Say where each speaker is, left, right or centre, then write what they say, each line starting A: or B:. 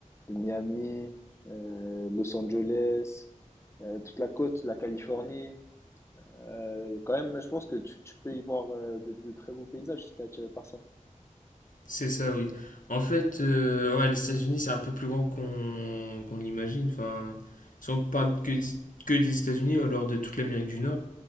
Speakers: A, on the left (about 20°); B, on the left (about 85°).
A: de Miami, euh, Los Angeles, euh, toute la côte, la Californie. Euh, quand même, je pense que tu, tu peux y voir euh, de, de très beaux paysages si t'es attiré par ça.
B: C'est ça, oui. En fait, euh, ouais, les États-Unis, c'est un peu plus grand qu'on qu'on l'imagine. Enfin, si on parle que, d- que des États-Unis, alors de toute l'Amérique du Nord.